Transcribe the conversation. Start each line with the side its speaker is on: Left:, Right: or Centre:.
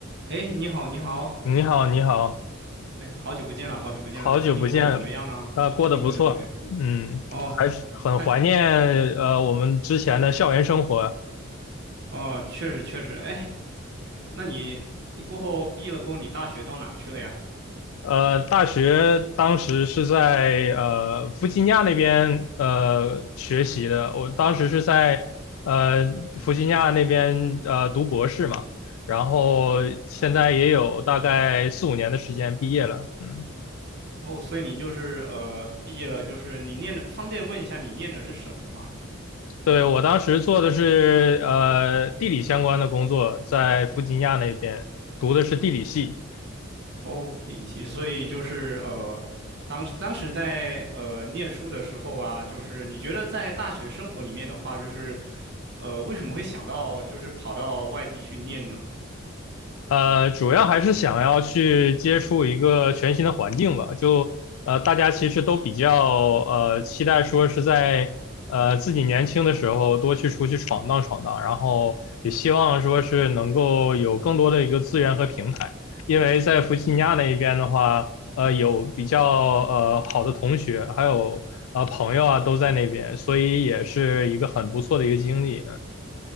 Right: 哎，你好，你好，
Left: 你好，你好，
Right: 哎，好久不见了，好久不见了，
Left: 好久不见，
Right: 最近过得怎么样啊？
Left: 呃，过得不错，
Right: 最近过得怎么样？
Left: 嗯，
Right: 哦，
Left: 还是很怀念呃我们之前的校园生活，
Right: 看，哦，确实确实，哎，那你你过后毕业了过后，你大学到哪去了呀？
Left: 呃，大学当时是在呃弗吉尼亚那边呃学习的，我当时是在呃弗吉尼亚那边呃读博士嘛，然后现在也有大概四五年的时间毕业了，嗯。
Right: 哦，所以你就是呃，毕业了，就是你念的，方便问一下你念的是什么吗？
Left: 对，我当时做的是呃地理相关的工作，在弗吉尼亚那边读的是地理系。
Right: 哦，地理系，所以就是呃，当当时在呃念书的时候啊，就是你觉得在大学生活里面的话，就是呃，为什么会想到就是跑到外地去念呢？
Left: 呃，主要还是想要去接触一个全新的环境吧。就呃，大家其实都比较呃期待说是在呃自己年轻的时候多去出去闯荡闯荡，然后也希望说是能够有更多的一个资源和平台。因为在弗吉尼亚那一边的话，呃，有比较呃好的同学，还有啊呃朋友啊，都在那边，所以也是一个很不错的一个经历。